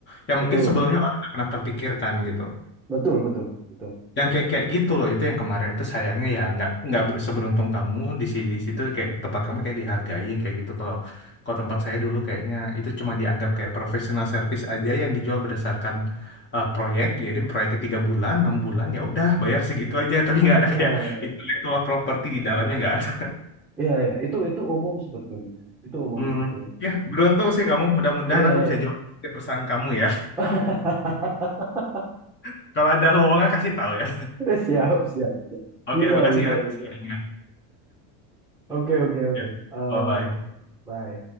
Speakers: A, on the left; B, in the centre.
A: Yang
B: betul
A: mungkin sebelumnya orang nggak pernah terpikirkan gitu
B: betul betul betul
A: yang kayak kayak gitu loh itu yang kemarin itu sayangnya ya nggak nggak ber- seberuntung kamu di si- di situ kayak tempat kamu kayak dihargai kayak gitu kalau kalau tempat saya dulu kayaknya itu cuma dianggap kayak professional service aja yang dijual berdasarkan uh, proyek jadi proyeknya tiga bulan enam bulan ya udah bayar segitu aja tapi nggak ada
B: Iya,
A: kayak intellectual property di dalamnya nggak ada
B: Iya, iya, itu itu umum sebetulnya. Itu umum
A: hmm.
B: sebetulnya.
A: ya beruntung sih kamu mudah-mudahan
B: Iya,
A: aku bisa
B: iya.
A: jawab perusahaan kamu ya
B: <laughs>
A: <laughs> kalau ada lowongan kasih tahu ya
B: Siap, siap, siap.
A: oke
B: Bisa,
A: makasih
B: bisa,
A: ya
B: bisa.
A: sharingnya
B: Oke, oke, oke.
A: ya
B: Eh,
A: bye bye
B: bye.